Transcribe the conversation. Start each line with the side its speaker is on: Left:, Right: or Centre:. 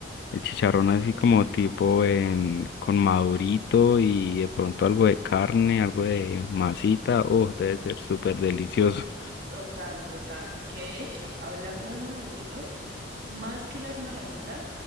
Left: El chicharrón así como tipo en, con madurito y de pronto algo de carne, algo de masita. Oh, debe ser súper delicioso.
Right: Total, total. Que de hecho, hablando de madurito, más que las marranitas,